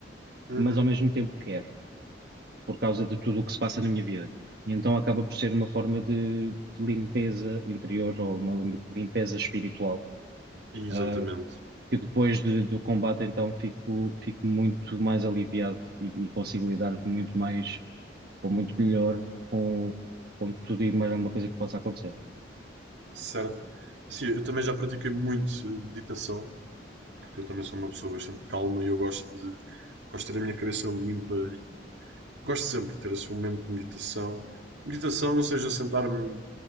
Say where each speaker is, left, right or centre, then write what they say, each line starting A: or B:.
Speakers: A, on the right; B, on the right.
A: Uhum,
B: mas ao mesmo tempo quero, por causa de tudo o que se passa na minha vida. E então acaba por ser uma forma de, de limpeza interior ou uma lim- limpeza espiritual.
A: exatamente.
B: uh, que depois de- do combate então fico, fico muito mais aliviado e, e consigo lidar muito mais ou muito melhor com, com tudo e mais alguma coisa que possa acontecer.
A: Certo. Sim, eu também já pratiquei muito eh, meditação, porque eu também sou uma pessoa bastante calma e eu gosto de, gosto de ter a minha cabeça limpa Gosto sempre de ter assim um momento de meditação. Meditação, seja sentar-me